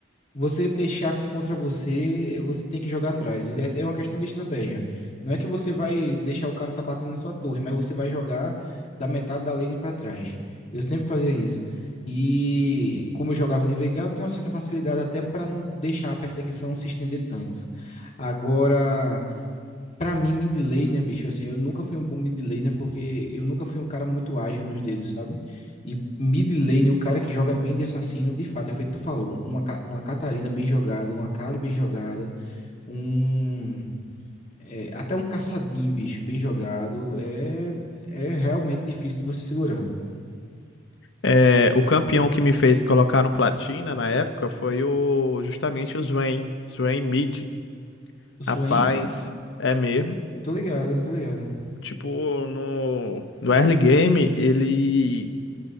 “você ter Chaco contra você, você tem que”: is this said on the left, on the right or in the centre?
Left